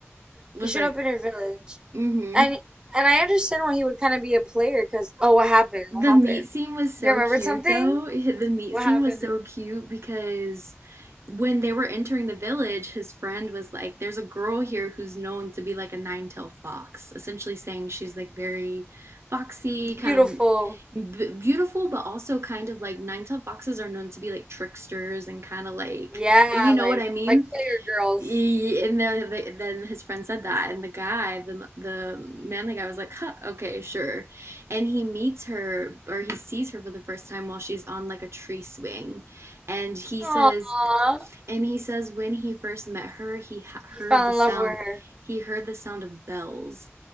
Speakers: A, on the right; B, on the right.
A: was
B: He showed
A: like,
B: up in her village,
A: mm-hmm.
B: and and I understand why he would kind of be a player. Cause oh, what happened?
A: The
B: What happened?
A: meat scene was so
B: You remembered
A: cute,
B: something?
A: though. <laughs> The meat
B: What
A: scene
B: happened?
A: was so cute because when they were entering the village, his friend was like, There's a girl here who's known to be like a nine-tailed fox, essentially saying she's like very foxy, kind
B: Beautiful.
A: of b- beautiful, but also kind of like nine-tailed foxes are known to be like tricksters and kind of like,
B: Yeah,
A: you know
B: like
A: what I mean?
B: like player girls.
A: He, and then they- then his friend said that, and the guy, the the manly guy, was like, huh, "Okay, sure." And he meets her, or he sees her for the first time while she's on like a tree swing, and he
B: Aww.
A: says, and he says when he first met her, he
B: He
A: heard
B: fell
A: the
B: in
A: sound.
B: love with her.
A: He heard the sound of bells.